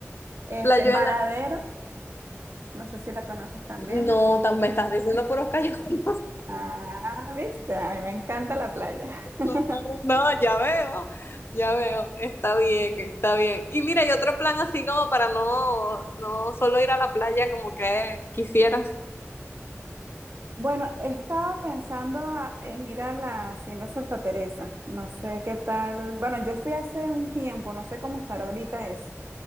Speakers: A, on the right; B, on the left.
A: Este,
B: Playuela.
A: Varadero, no sé si la conoces también.
B: No, tan- me estás diciendo puros callos. <laughs>
A: Ah, viste, a mí me encanta la playa. <laughs>
B: No, no, ya veo, ya veo, está bien, está bien. Y mira, y otro plan así como para no, no solo ir a la playa como que quisieras.
A: Bueno, he estado pensando a- en ir a la Hacienda Santa Teresa. No sé qué tal. Bueno, yo fui hace un tiempo, no sé cómo estará ahorita eso.